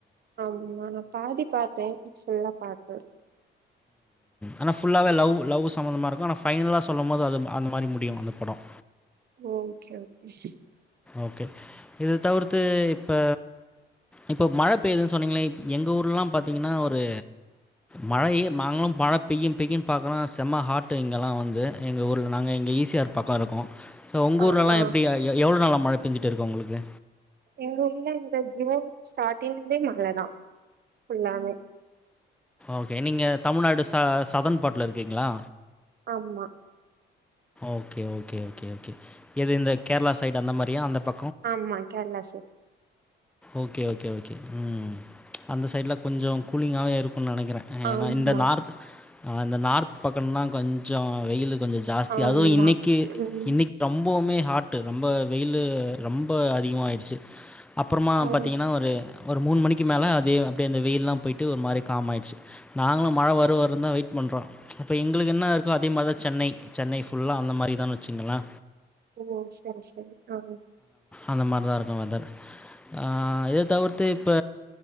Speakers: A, on the right; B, in the centre.
A: ஆமா நான் பாதி பார்த்தேன் புல்லா பாக்கல
B: ஆனால் ஃபுல்லாகவே லவ் லவ் சம்மந்தமாக இருக்கும் ஆனால் ஃபைனலா சொல்லும்போது அது அந்த மாதிரி முடியும் அந்த படம்
A: ஓகே ஓகே
B: ஓகே இது தவிர்த்து இப்ப இப்போ மழை பெய்யுதுன்னு சொன்னீங்கன் எங்க ஊர்லாம் பார்த்தீங்கன்னா ஒரு மழையேய் மாங்களும் மழ பெயும் பெய்யின்னு பார்க்கரோ செம்மா ஹாட்டு இங்கேல்லாம் வந்து எங்க ஊரல நாங்கள் இங்கே ஈஸியார் பக்கம் இருக்கோம் சோ உங்க
A: ஆ
B: ஊர் எல்லாம்
A: ஆ
B: எப்படி எவ்வளவு நாள மழை பெஞ்சிட்டு இருக்கு உங்களுக்கு
A: எங்க ஊர்ல இந்த ஜூன் ஸ்டாரிங்கே மழதான் ஃபுல்லாவே
B: ஓகே நீங்க தமிழ்நாடு ச சதன் பாட்ல இருக்கீங்களா
A: ஆமா
B: ஓகே ஓகே ஓகே ஓகே எது இந்த கேரளா சைட் அந்த மாரியா அந்த ப
A: ஆமா Kerala side
B: okay okay okay ம் அந்த சைட்ல கொஞ்சம் கூலிங்காகவே இருக்கும்ன்னு நினைக்கிறேன்
A: ஆமா
B: ஏன்னா இந்த நார்த் இந்தந்த நார்த் பக்கம்னால் கொஞ்சம் வெயில் கொஞ்சம் ஜாஸ்தி
A: ஆமா
B: அதுவும் இன்னைக்கு
A: ம்
B: இன்னைக்கு ரொம்பவுமே ஹாட்டு ரொம்ப வெயிலு ரொம்ப அதிகமாயிடுச்சு அப் மா
A: ஓ
B: பாத்தீங்கன்னா ஒரு ஒரு மூணு மணிக்கு மேல அதி அப்டியா அந்த வெயில்லா போயிட்டு ஒரு மாரி காம் ஆயிடுச்சு நாங்களு மழ வரு வருந்தா வெயிட் பண்ணுறோம் இப்போ எங்களுக்கு என்ன இருக்குமோ அதே மாரிதா சென்னை சென்னை ஃபுல்லா அந்த மாரி தான்னு வச்சுங்களே
A: ஓ செரி சீரி ஆ
B: அந்த மாரிதா இருக்கும் வெதர் ஆ இத தவிர்த்து இப்ப